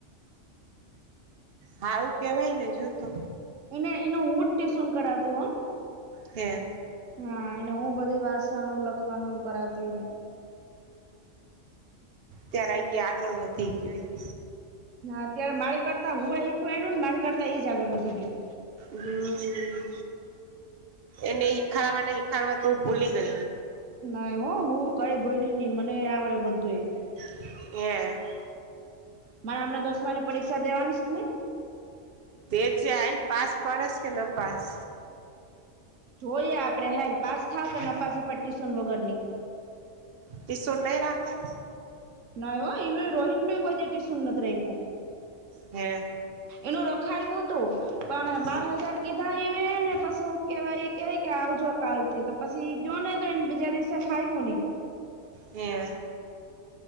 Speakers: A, on the right; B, on the right.
A: હારું કેવાય ને જોતો.
B: એને એનું હુજ ટેસન કરાવતી હો.
A: હે.
B: હા એને હું બધી વાંસવાનું લખવાનું કરાવતી ઇને.
A: ત્યારે આઈ ગ્યા આગળ વધી ગયો ઈ.
B: હા અત્યારે મારી કરતા હું એ શીખવાડ્યું ને મારી કરતા ઈ જ આગળ વધી ગ્યો.
A: હમ્મ એને ઈ ખરા હિખાડવા તું ભૂલી ગય.
B: નાય હો હું કઈ ભૂલી નહી મને આવડે બધુંય.
A: <unintelligible>
B: મારે હમણા દસમા ની પરીક્ષા દેવાનીસ નઈ.
A: તેર છે હાઈલ પાસ પડેસ કે ન પાસ.
B: જોઈએ આપડે હાલ પાસ થાવ કે નફાસી પટ્ટી સુન વગરની.
A: ટીસુન નઈ રાખા.
B: નાઈ હો એ ન એ રોહિત નું એ કોઈદી એ ટુશન નથ રાયખૂ.
A: હે અ.
B: એનું રખાયું હતું પણ બાર
A: હે
B: હજાર કીધા ઈવે ને પાછું. કે હવે ઇકે હેે કે આવજો કાલ થી તો પછી ઇગ્યો ને તો એને બીજા દિવસે ફાયવું નહી.
A: ને અ